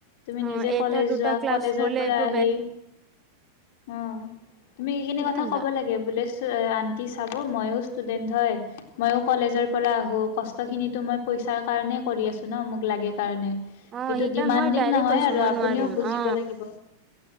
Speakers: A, on the left; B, on the right.
A: তুমি
B: অ
A: নিজে
B: এটা
A: কলেজ
B: দুটা
A: যোৱা,
B: ক্লাছ
A: কলেজৰ
B: হ'লে
A: পৰা
B: এইটো
A: আহি অ, তুমি এইখিনি
B: বেলেগ
A: কথা ক'ব লাগ বোলে আণ্টি চাব ময়ো ষ্টুডেণ্ট হয়। মইয়ো কলেজৰ পৰা আহো, কষ্ট খিনিতো মই পইচাৰ কাৰণে কৰি আছো ন! মোক লাগে কাৰণে। সেইটো
B: অ সেইকাৰণে
A: ডিমাণ্ডিং
B: মই ডাইৰেক্ট
A: নহয়
B: কৈছো
A: আৰু
B: মই
A: আপুনিও
B: নোৱাৰিম
A: বুজিব
B: অ
A: লাগিব।